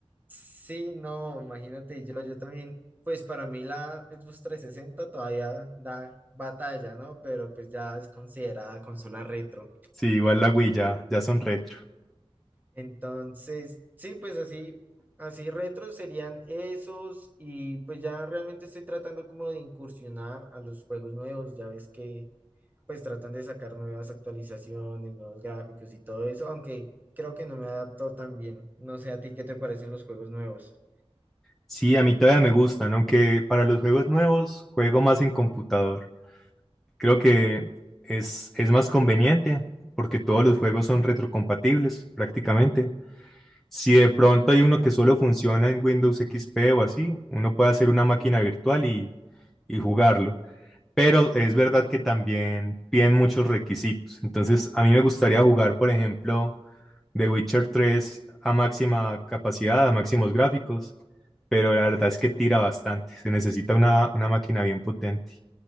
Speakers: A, on the right; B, in the centre.
A: Sí, no, imagínate yo, yo también, pues para mí la Xbox 360 todavía da batalla, ¿no? Pero pues ya es considerada consola retro.
B: Sí, igual la Wii ya, ya son retro.
A: Entonces, sí, pues así, así retro serían esos y pues ya realmente estoy tratando como de incursionar a los juegos nuevos, ya ves que pues tratan de sacar nuevas actualizaciones, nuevos gráficos y todo eso, aunque creo que no me adapto tan bien. No sé a ti qué te parecen los juegos nuevos.
B: Sí, a mí todavía me gustan, aunque para los juegos nuevos juego más en computador. Creo que es, es más conveniente porque todos los juegos son retrocompatibles prácticamente. Si de pronto hay uno que solo funciona en Windows XP o así, uno puede hacer una máquina virtual y, y jugarlo. Pero es verdad que también piden muchos requisitos. Entonces, a mí me gustaría jugar, por ejemplo, The Witcher tres a máxima capacidad, a máximos gráficos, pero la verdad es que tira bastante. Se necesita una, una máquina bien potente.